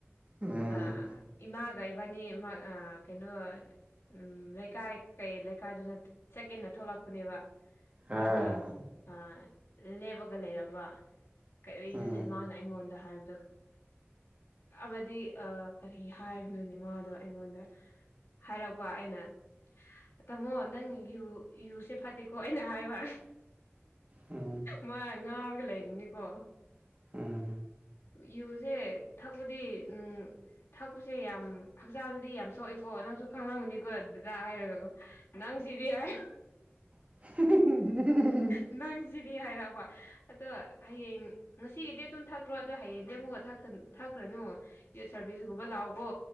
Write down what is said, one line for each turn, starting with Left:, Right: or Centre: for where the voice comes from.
Right: ꯎꯝ
Left: ꯑ ꯏꯃꯥꯒ ꯏꯕꯥꯏꯅꯤ ꯃꫭꯏ ꯑ ꯀꯩꯅꯣ ꯎꯝ ꯂꯩꯀꯥꯏ ꯀꯩ ꯂꯩꯀꯥꯏꯗꯨꯅ ꯆꯠꯀꯦꯅ ꯊꯣꯛꯂꯛꯄꯅꯦꯕ
Right: ꯍ
Left: ꯃꯥꯗꫭ ꯑ ꯂꯦꯞꯄꯒ ꯂꯩꯔꯝꯕ ꯀꯔꯤ
Right: ꯎꯝ
Left: ꯅꫭꯅꯦ ꯃꯥꯅ ꯑꯩꯉꯣꯟꯗ ꯍꯥꯏꯕꯗꯨ ꯑꯃꯗꯤ ꯑ ꯀꯔꯤ ꯍꯥꯏꯕꯅꯣꯅꯦ ꯃꯥꯗꯣ ꯑꯩꯉꯣꯟꯗ ꯍꯥꯏꯔꯛꯄ ꯑꯩꯅ ꯇꯥꯃꯣ ꯅꯪ ꯌꯨ ꯌꯨꯁꯦ ꯐꯠꯇꯦꯀꯣ ꯑꯩꯅ ꯍꯥꯏꯕ
Right: ꯎꯝ
Left: ꯃꯥ ꯉꯥꯎꯔꯒ ꯂꯩꯔꯤꯅꯤꯀꯣ
Right: ꯎꯝ
Left: ꯌꯨꯁꯦ ꯊꯛꯄꯗꯤ ꯎꯝ ꯊꯛꯄꯁꯦ ꯌꯥꯝ ꯍꯛꯆꯥꯡꯗꯗꯤ ꯌꯥꯝ ꯁꯣꯛꯏꯀꯣ ꯅꯪꯁꯨ ꯈꯪꯂꯝꯒꯅꯤꯀꯣ ꯗꯗꯥ ꯍꯥꯏꯔꯒꯀꯣ ꯅꯪꯁꯤꯗꯤ ꯑꯩ
Right: <unintelligible>
Left: ꯅꯪꯁꯤꯗꯤ ꯍꯥꯏꯔꯛꯑꯕ ꯑꯗꯣ ꯍꯌꯦꯡ ꯉꯁꯤꯒꯤꯗꯤ ꯑꯗꯨꯝ ꯊꯛꯈ꯭ꯔꯣ ꯑꯗꯨ ꯍꯌꯦꯡꯗꯩ ꯑꯃꯨꯛꯀ ꯊꯛꯀ ꯊꯛꯈ꯭ꯔꯅꯨ ꯗꯦꯠ ꯁꯥꯕꯦꯟꯒꯨꯝꯕ ꯂꯥꯛꯑꯣꯀꯣ